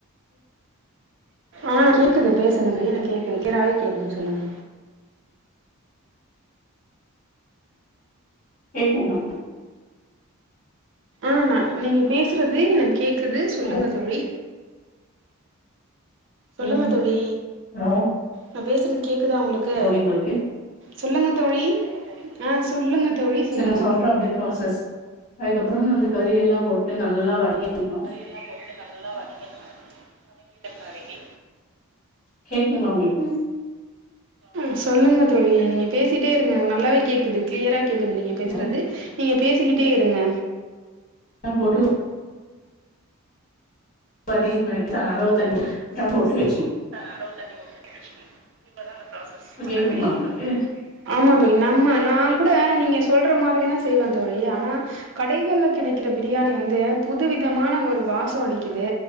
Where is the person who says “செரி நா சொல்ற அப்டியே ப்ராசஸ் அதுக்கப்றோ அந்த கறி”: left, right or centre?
Left